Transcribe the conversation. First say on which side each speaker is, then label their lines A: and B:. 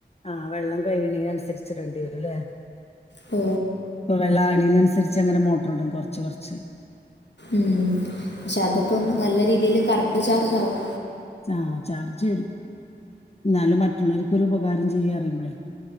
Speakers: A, on the left (about 35°); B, on the left (about 80°).
A: ആ വെള്ളം കഴേണീ അന്സരിച്ച് ഇടോണ്ടി വെരും ല്ലേ
B: ഓ
A: ഇപ്പോ വെള്ളം <unintelligible> അന്സാരിച്ച് അങ്ങനെ മോട്ടറ് ഇടും കൊറച്ച് കൊറച്ച്
B: ഉം പശെ അതിപ്പം നല്ല രീതില് കറണ്ട് ചാർജാകും
A: ചാ ചാർജ് വെരും എന്നാലും മറ്റുള്ളവക്ക് ഒര് ഉപകാരം ചെയ്യ അറിയ്മ്പാളേ